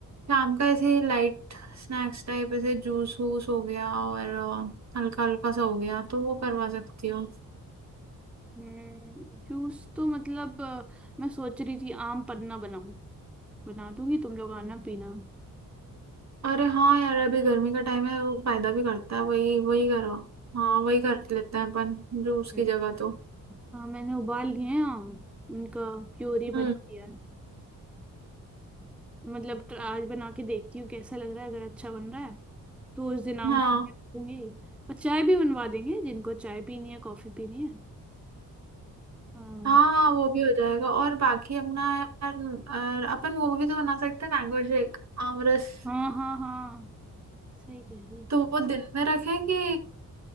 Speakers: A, on the right; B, in the centre.
A: शाम का ऐसे लाइट स्नैक्स टाइप ऐसे जूस वूस हो गया और अ, हल्का हल्का सा हो गया तो वो करवा सकती हो
B: हम्म जूस तो मतलब अ, मैं सोच रही थी आम पन्ना बनाऊं बना दूंगी तुम लोग आना पीना
A: अरे हाँ यार अभी गर्मी का टाइम है वो फायदा भी करता है वही वही करो हाँ वही कर लेते हैं अपन जूस की
B: हम्म
A: जगह तो
B: हाँ मैंने उबाल लिए हैं आम उनका प्योरी बना
A: हम्म
B: दिया है मतलब ट्र- आज बना के देखती हूँ कैसा लग रहा है अगर अच्छा बन रहा है तो उस दिन आम
A: हाँ
B: बना के रखूंगी और चाय भी बनवा देंगे जिनको चाय पीनी है कॉफी पीनी है हाँ
A: हाँ हाँ वो भी हो जाएगा और बाकी अपना यार और अपन वो भी तो बना सकते हैं मैंगो शेक आमरस
B: हाँ हाँ हाँ सही कह रही है
A: तो वो दिन में रखें कि